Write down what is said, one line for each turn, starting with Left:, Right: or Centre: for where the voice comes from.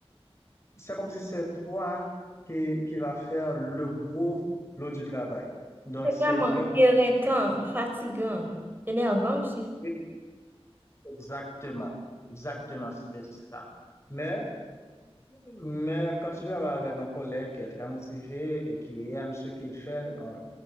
Left: c'est comme si c'est toi qui, qui va faire le gros lot du travail. Donc,
Right: C'est
Left: c'est
Right: vraiment
Left: vraiment
Right: éreintant,
Left: très
Right: fatigant, énervant aussi.
Left: difficile. Exactement, exactement, c'est ça. Mais, mais quand tu travailles avec un collègue qui est très motivé et qui aime ce qu'il fait, non,